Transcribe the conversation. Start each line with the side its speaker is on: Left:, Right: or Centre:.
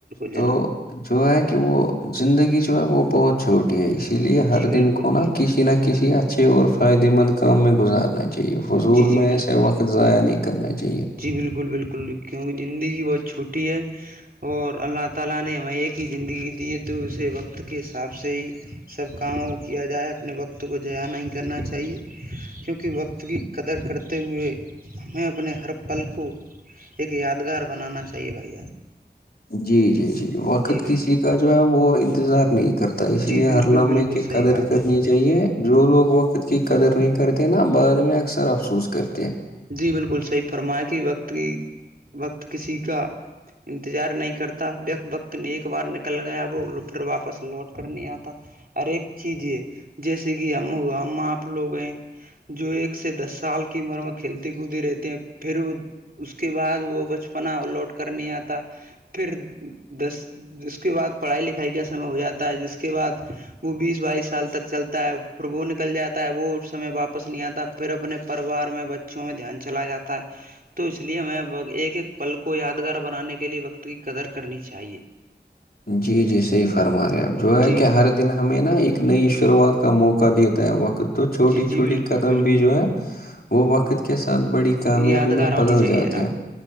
Right: جناب
Left: تو جو ہے کہ وہ زندگی جو ہے وہ بہت چھوٹی ہے اس اس لیے ہر
Right: جی بالکل
Left: دن کو نا
Right: بالکل
Left: کسی نہ کسی اچھے اور فائدے مند کام میں گزارنا چاہیے فضول
Right: جی جی
Left: میں
Right: بالکل
Left: ایسے وقت ضائع نہیں کرنا چاہیے
Right: جی بالکل بالکل کیونکہ زندگی بہت چھوٹی ہے اور اللہ تعالی نے م کی زندگی دیے تو اسے وقت کے حساب سے ہی سب کاموں کو کیا جائے اپنے وقت کو جیا نہیں کرنا چاہیے کیونکہ وقت کی قدر کرتے ہوئے ہمیں اپنے ہر پل کو ایک یادگار بنانا چاہیے بھیا
Left: جی جی جی وقت
Right: جی
Left: کسی
Right: بالکل
Left: کا جو ہے وہ انتظار نہیں کرتا اس
Right: جی
Left: لیے ہر
Right: بالکل
Left: لامے
Right: بالکل
Left: کہ
Right: صحیح
Left: قدر
Right: بات
Left: کرنی
Right: ہے
Left: چاہیے جو لوگ وقت قت کی قدر نہیں کرتے نا بعد میں اکثر افسوس کرتے ہیں
Right: جی بالکل صحیح فرمائے کہ وقت کی وقت کسی کا انتظار نہیں کرتا وقت نے ایک بار نکل گیا وہ پھر واپس لوٹ کر نہیں آتا ہر ایک چیز ہے جیسے کہ ہم ہم آپ لوگ ہیں جو ایک سے دس سال کی عمر م کھیلتی کودتے رہتے ہیں پھر وہ اس کے بعد وہ بچپنا لوٹ کر نہیں آتا پھر دس جس کے بعد پڑھائی لکھائی کا سمے ہو جاتا ہے جس کے بعد وہ بیس بائیس سال تک چلتا ہے پھر وہ نکل جاتا ہے وہ سمے واپس نہیں آتا پھر اپنے پریوار میں بچوں میں دھیان چلا جاتا ہے تو اس لیے ہمیں ایک ایک پل کو یادگار بنانے کے لیے وقت کی قدر کرنی چاہیے
Left: جی جی صحی فرما رہے اب جو ہے
Right: جی
Left: کہ ہر ن ہمیں نا ایک نئی شروعات کا موقع دییاتا ہے وقت تو چھوٹی
Right: جی جی
Left: چھوٹی
Right: بالکل
Left: قدم
Right: بالکل
Left: بھی جو ہے وہ وقت کے ساتھ بڑی کامیابی
Right: یادگار
Left: میں
Right: ہونی
Left: بدل
Right: چاہیے
Left: جاتے
Right: جناب
Left: ہیں